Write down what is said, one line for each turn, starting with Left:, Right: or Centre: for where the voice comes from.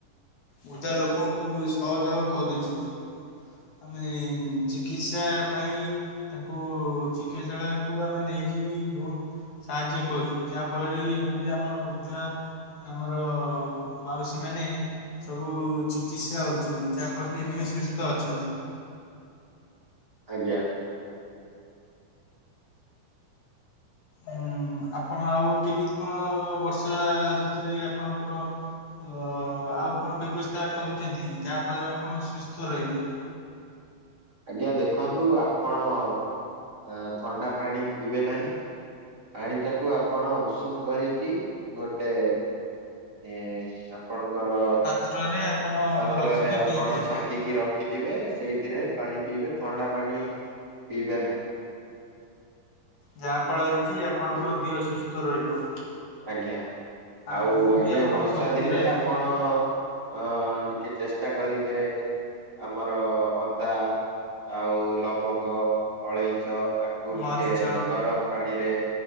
Left: ବୃଦ୍ଧା ଲୋକଙ୍କୁ ସହଯୋଗ କରୁଛୁ। ଆମେ ଚିକିତ୍ସା ପାଇଁ। ତାଙ୍କୁ ଚିକିତ୍ସାଳୟକୁ ଆମେ ନେଇକି ବି ବହୁତ। ସାହାଯ୍ୟ କରୁଛୁ ଯାହା ଫଳରେ କି ଏବେ ବି ଆମର ବୃଦ୍ଧା। ଆମର ମାଉସୀ ମାନେ। ସବୁ ଚିକିତ୍ସା ହଉଛନ୍ତି ଯାହା ଫଳରେ ଏବେ ବି ସୁସ୍ଥ ଅଛନ୍ତି।
Right: ଆଜ୍ଞା।
Left: ଉଁ ଆପଣ ଆଉ କେମିତି କଣ ବର୍ଷା ଋତୁରେ ଆପଣଙ୍କର। ମୁଁ ଅଁ ଆଉ କଣ ବ୍ୟବସ୍ଥା କରିଛନ୍ତି ଯାହାଫଳରେ ଆପଣ ସୁସ୍ଥ ରହିବେ।
Right: ଆଜ୍ଞା ଦେଖନ୍ତୁ ଆପଣ ଆଁ ଥଣ୍ଡା ପାଣି ପିଇବେ ନାହିଁ। ପାଣି ତାକୁ ଆପଣ ଉଷୁମ କରିକି ଗୋଟେ। ଏଁ ଆପଣଙ୍କର
Left: ପାତ୍ରରେ ଆପଣ
Right: ପାତ୍ରରେ
Left: ରଖିକି
Right: ଆପଣ
Left: ପିଇ ପାରିବେ।
Right: ଛାଙ୍କିକି ରଖି। ରଖିଥିବେ ସେଇଥିରେ ପାଣି ପିଇବେ ଥଣ୍ଡା ପାଣି ପିଇବେ ନାହିଁ।
Left: ଯାହା ଫଳରେ କି ଆପଣଙ୍କ ଦିହ ସୁସ୍ଥ ରହିବ।
Right: ଆଜ୍ଞା
Left: ଆଗକୁ
Right: ଆଉ ଆଜ୍ଞା
Left: ବି ଆପଣଙ୍କ
Right: ବର୍ଷା
Left: ଶକ୍ତି
Right: ଦିନେ
Left: ରହିବ।
Right: ଆପଣ। ଅଁ ଟିକେ ଚେଷ୍ଟା କରିବେ। ଆମର ଅଦା ଆଉ ଲବଙ୍ଗ ଅଳେଇଚ ଆ ଆକୁ
Left: ମରିଚ
Right: ଟିକେ ଗରମ ପାଣି ରେ